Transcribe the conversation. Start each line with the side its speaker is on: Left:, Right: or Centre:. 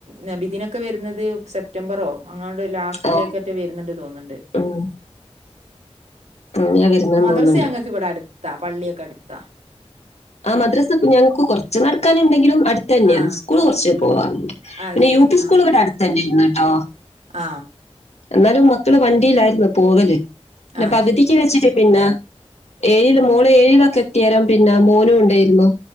Right: നബിദിനൊക്കെ വരുന്നത് സെപ്റ്റംബറോ അങ്ങാ ലാസ്റ്റിലേക്കറ്റെ
Left: ആ
Right: വരുന്നുണ്ട് തോന്നണ്ട്.
Left: ഉം അങ്ങനെ വരുന്നെന്ന്
Right: മദറസ
Left: തോന്നുന്നുണ്ട്
Right: അങ്ങക്ക് ഇവിടെ അടുത്താ, പള്ളിയൊക്കെ അടുത്താ.
Left: ആ മദ്രസ ഇപ്പ ഞങ്ങക്ക് കുറച്ച് നടക്കാനുണ്ടെങ്കിലും അടുത്തന്നെയാണ്
Right: ആഹ്
Left: സ്കൂള് കുറച്ച് പോവാം..
Right: അത്
Left: പിന്നെ
Right: ശരി
Left: യു പി സ്കൂൾ ഇവിടെ അടുത്ത് തന്നെയായിരുന്നൂട്ടോ.
Right: ആ
Left: എന്നാലും മക്കള് വണ്ടിയിലായിരുന്നു പോകല് പിന്നെ
Right: അത്
Left: പകുതിക്ക്
Right: ശരി
Left: വെച്ചിട്ട് പിന്നെ ഏഴില് മോള് ഏഴിലൊക്കെ എത്തിയേരം പിന്നെ മോനും ഉണ്ടായിരുന്നു,